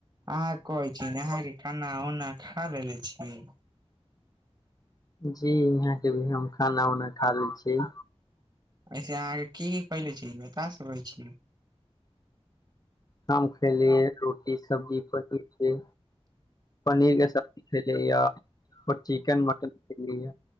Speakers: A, on the right; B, on the left.
A: अहाँ कहे छी अहाँ के खाना उना खा लेले छीयै
B: जी यहाँ के भी हम खाना उना खा ले छियै
A: ऐसे अहाँके की कले छी बता सकै छी
B: हम खयलिये रोटी सब्जी पनीर के पनीर के सब्जी खलीये या आओर चिकेन मटन खलीये या